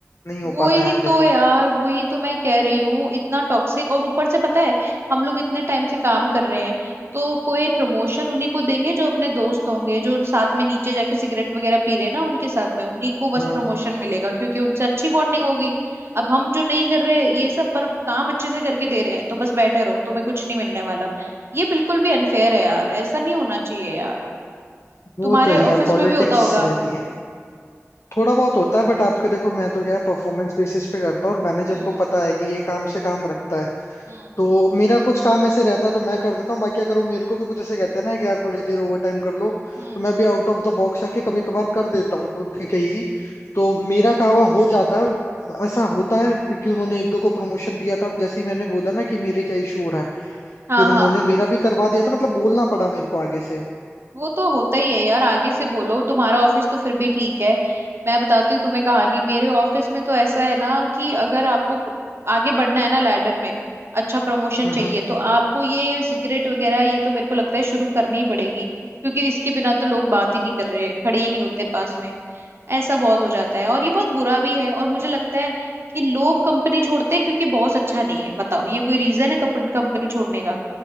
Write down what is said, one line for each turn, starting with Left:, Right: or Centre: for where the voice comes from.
Left: नहीं हो
Right: वो
Left: पाता
Right: ही
Left: यार देखो
Right: तो यार वही तो मैं कह रही हूँ इतना टॉक्सिक और ऊपर से पता है हम लोग इतने टाइम से काम कर रहे हैं तो कोई प्रमोशन उन्हीं को देंगे जो अपने दोस्त होंगे जो साथ में नीचे जाके सिगरेट वगैरह पी रहे हैं ना उनके साथ में उन्हीं को बस
Left: हम्म
Right: प्रमोशन मिलेगा क्योंकि उनसे अच्छी बॉन्डिंग हो गई अब हम जो नहीं कर रहे ये सब पर काम अच्छे से करके दे रहे हैं तो बस बैठे रहो तुम्हें कुछ नहीं मिलने वाला ये बिल्कुल भी अनफेयर है यार ऐसा नहीं होना चाहिए यार
Left: वो
Right: तुम्हारे
Left: तो है
Right: ऑफिस
Left: यार पॉलिटिक्स
Right: में भी होता होगा
Left: रहती है थोड़ा बहुत होता है बट आपके देखो मैं तो क्या है परफॉर्मेंस बेसिस पे करता हूँ और मैनेजर
Right: हम्म
Left: को पता है कि ये काम से काम रखता है
Right: हम्म
Left: तो मेरा कुछ काम ऐसे रहता है तो मैं कर देता हूँ बाकी अगर वो मेरे को भी कुछ ऐसे कहते हैं ना कि यार थोड़ी देर ओवर टाइम कर लो
Right: हम्म
Left: तो मैं भी आउट ऑफ द बॉक्स आके कभी कभार कर देता हूँ तो उनके कहीं भी तो मेरा कहवा हो जाता है और ऐसा होता है क्योंकि उन्होंने एक दो को प्रमोशन दिया था और जैसे ही मैंने बोला ना कि मेरे क्या इशू हो रहा है
Right: हाँ
Left: फिर उन्होंने
Right: हाँ
Left: मेरा भी करवा दिया था मतलब बोलना पड़ा मेरे को आगे से
Right: वो तो होता ही है यार आगे से बोलो तुम्हारा ऑफिस तो फिर भी ठीक है मैं बताती हूँ तुम्हें कहानी मेरे ऑफिस में तो ऐसा है ना कि अगर आपको क- आगे बढ़ना है ना लैडर में अच्छा प्रमोशन
Left: हम्म
Right: चाहिए
Left: हम्म।
Right: तो आपको ये सिगरेट वगैरह ये तो मेरे को लगता है शुरू करनी ही पड़ेगी क्योंकि इसके बिना तो लोग बात ही नहीं कर रहे खड़े ही नहीं होते पास में ऐसा बहुत हो जाता है और ये बहुत बुरा भी है और मुझे लगता है कि लोग कंपनी छोड़ते हैं क्योंकि बॉस अच्छा नहीं है बताओ ये कोई रीजन है कंपनी छोड़ने का